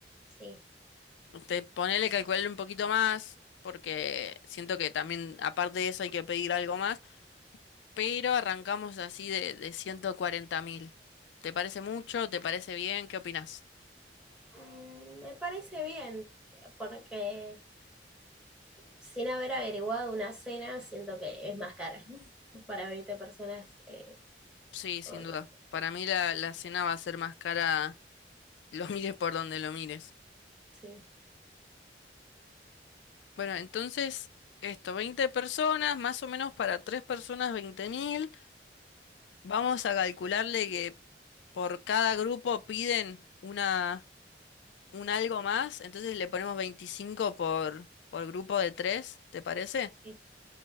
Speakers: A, in the centre; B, on the left.
A: sí.
B: Usted ponele, calcularle un poquito más, porque siento que también, aparte de eso, hay que pedir algo más, pero arrancamos así de, de 140 mil. ¿Te parece mucho? ¿Te parece bien? ¿Qué opinás?
A: Mm, me parece bien, porque sin haber averiguado una cena, siento que es más cara. <laughs> Para 20 personas, eh,
B: Sí, sin
A: como
B: duda.
A: que
B: Para mí la, la cena va a ser más cara, lo mires por donde lo mires.
A: sí,
B: Bueno, entonces, esto, 20 personas, más o menos para 3 personas, 20.000 Vamos a calcularle que por cada grupo piden una, un algo más, entonces le ponemos 25 por, por grupo de 3, ¿te parece?
A: sí,